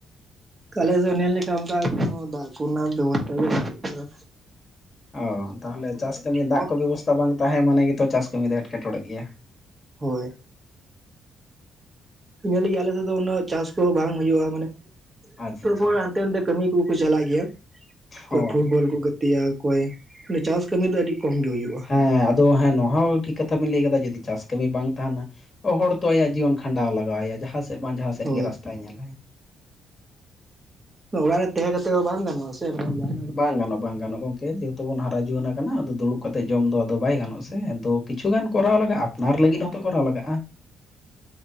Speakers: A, on the right; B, on the left.
A: ᱠᱟᱞᱮ ᱫᱚ ᱱᱮᱞ ᱞᱮᱠᱟ ᱚᱱᱟᱠᱟ ᱫᱚ ᱫᱟᱜ ᱠᱚᱨᱮᱱᱟᱜ ᱵᱮᱵᱚᱥᱛᱟ ᱫᱚ ᱵᱟᱪᱩᱜ ᱠᱟᱫᱟ᱾
B: ᱚ ᱛᱟᱦᱚᱞᱮ ᱪᱟᱥ ᱠᱟᱹᱢᱤ ᱫᱟᱜ
A: ᱠᱚᱢ
B: ᱠᱚ ᱵᱮᱵᱚᱥᱛᱛᱟ ᱵᱟᱝ ᱛᱟᱦᱮᱸ ᱢᱟᱱᱮ ᱜᱮ ᱛᱚ ᱪᱟᱥ ᱠᱟᱹᱢᱤ ᱫᱚ ᱮᱴᱠᱮᱴᱚᱬᱮ ᱜᱮᱭᱟ,
A: ᱦᱳᱭ, ᱧᱮᱞᱤ-ᱟᱹᱧ ᱟᱞᱮ ᱥᱮᱫ ᱫᱚ ᱩᱱᱟᱹᱜ ᱪᱟᱥ ᱠᱚᱦᱚᱸ ᱵᱟᱝ ᱦᱩᱭᱩᱜᱭᱳᱼᱟ ᱢᱟᱱᱮ
B: ᱟᱪᱪᱷᱟ
A: ᱛᱯᱚᱨ
B: ᱟᱪᱪᱷᱟ
A: ᱦᱟᱱᱛᱮ ᱱᱟᱛᱮ ᱠᱟᱹᱢᱤ ᱠᱩ ᱠᱩ ᱪᱟᱞᱟᱜ ᱜᱮᱭᱟ ᱚᱠᱚᱭ
B: ᱦᱚᱸ
A: ᱯᱷᱩᱴᱵᱚᱞ ᱠᱚ ᱜᱟᱛᱮᱭᱟ ᱾ ᱚᱠᱚᱭ ᱱᱮ ᱪᱟᱥ ᱠᱟᱹᱢᱤ ᱫᱚ ᱟᱹᱰᱤ ᱠᱚᱢ ᱜᱮ ᱦᱩᱭᱩᱜᱼᱟ ᱾
B: ᱦᱮᱸ ᱟᱫᱚ ᱦᱮᱸ ᱱᱚᱣᱟ ᱦᱚ ᱴᱷᱤᱠ ᱠᱟᱛᱷᱟ ᱵᱮᱱ ᱞᱟᱹᱭ ᱠᱟᱫᱟ ᱡᱩᱫᱤ ᱪᱟᱥ ᱠᱟᱹᱢᱤ ᱵᱟᱝ ᱛᱟᱦᱮᱱᱟ, ᱦᱚᱲ ᱛᱚ ᱟᱭᱟᱜ ᱡᱤᱭᱚᱱ ᱠᱷᱟᱸᱰᱟᱣ ᱞᱟᱜᱟᱣ ᱟᱭᱟ ᱡᱟᱦᱟᱸ ᱥᱮᱫ ᱵᱟᱝ ᱡᱟᱦᱟᱸ ᱥᱮᱫ
A: ᱦᱳᱭ
B: ᱜᱮ ᱨᱟᱥᱛᱟᱭ ᱧᱮᱞᱟᱭ,
A: ᱚᱲᱟᱜ ᱨᱮ ᱛᱮᱦᱮᱸ ᱠᱟᱛᱮ ᱦᱚᱸ ᱵᱟᱝ ᱜᱟᱱᱚᱜᱼᱟ ᱥᱮ ᱵᱟᱝ ᱡᱟᱦ
B: ᱵᱟᱝ ᱜᱟᱱᱚᱜ ᱵᱟᱝ ᱜᱟᱱᱚᱜ ᱜᱚᱢᱠᱮ ᱡᱮᱦᱮᱛᱩ ᱵᱚᱱ ᱦᱟᱨᱟ ᱡᱩᱣᱟᱹᱱ ᱠᱟᱱᱟ ᱟᱫᱚ ᱫᱩᱲᱩᱵ ᱠᱟᱛᱮ ᱡᱚᱢ ᱫᱚ ᱟᱫᱚ ᱵᱟᱭ ᱜᱟᱱᱚᱜ ᱟ ᱥᱮ ᱟᱫᱚ ᱠᱤᱪᱷ ᱜᱟᱱ ᱠᱚᱨᱟᱣ ᱞᱟᱜᱟᱜᱼᱟ ᱟᱯᱱᱟᱨ ᱞᱟᱹᱜᱤᱫ ᱦᱚᱸᱛᱚ ᱠᱚᱨᱟᱣ ᱞᱟᱜᱟᱜᱼᱟ,